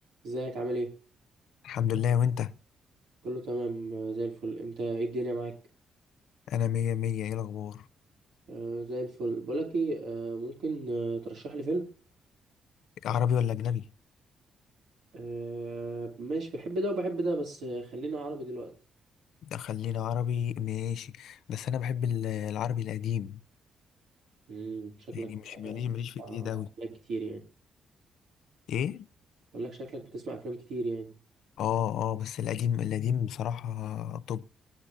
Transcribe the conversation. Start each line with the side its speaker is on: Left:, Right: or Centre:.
Right: ازيك عامل ايه
Left: الحمد لله وانت
Right: كله تمام آه، زي الفل انت ايه الدنيا معاك
Left: انا مية مية ايه الاخبار
Right: آه زي الفل بقولك ايه آه ممكن آه ترشح لي فيلم
Left: عربي ولا اجنبي
Right: آه ماشي بحب ده وبحب ده بس آه، خلينا عربي دلوقتي
Left: ده خلينا عربي ماشي بس انا بحب ال- العربي القديم
Right: امم شكلك
Left: يعني مش
Right: آه
Left: ماليش ماليش في
Right: آه،
Left: الجديد اوي
Right: افلام كتير يعني
Left: ايه
Right: بقولك شكلك بتسمع افلام كتير يعني
Left: اه اه بس القديم القديم بصراحة طب